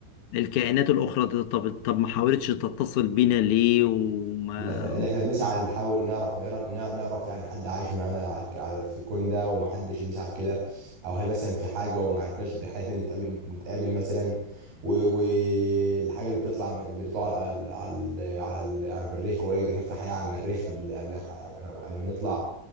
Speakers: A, on the left (about 65°); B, on the right (about 60°).
A: الكائنات الأخرى ده طب طب ما حاولتش تتصل بينا ليه وما
B: اللي احنا اللي احنا بنسعى نحاول نعرف نعرف نعرف يعني حد عايش معانا على على- في الكون ده ومحدش بيسعى لكده او هل مثلا في حاجه وما عرفناش ان احنا نتقابل نتقابل مثلا والحاجه اللي بتطلع من- اللي بتطلع على ال- على ال- على ال- على المريخ ويقول لك ده كان في حياه على المريخ قبل قبل واحنا قبل ما نطلع